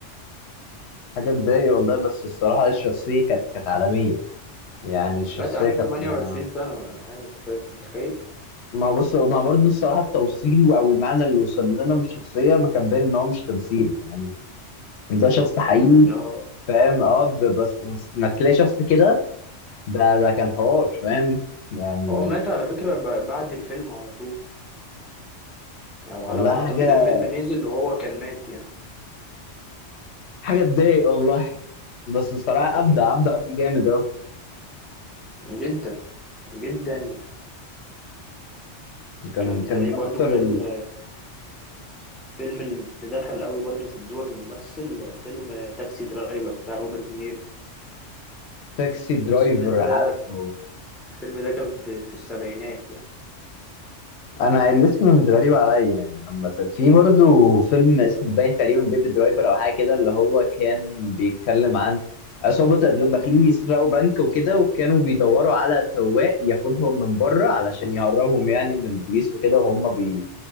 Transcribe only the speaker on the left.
حاجة تضايق والله بس الصراحة الشخصية كانت كانت عالمية يعني الشخصية
كانت
ما
ما بص ما برضه الصراحة التوصيل أو المعنى اللي وصل لنا من الشخصية ما كان باين إن هو مش تمثيل يعني ده شخص حقيقي
فاهم اه ب- بس بس انك تلاقي شخص كده ده ده كان حوار فاهم يعني
والله
حاجه
حاجه تضايق والله بس الصراحه
ابدع ابدع فيه جامد اهو
كان
كان
من
اكتر
التاكسي درايفر
عارفه
انا الاسم مش غريب عليا يعني عامه في برضو فيلم اسمه باين تقريبا بيبي درايفر او حاجه كده اللي هو كان بيتكلم عن عصابه داخلين يسرقوا بنك وكده وكانوا بيدوروا على سواق ياخدهم من بره علشان يهربهم يعني من البوليس وكده وهم بي...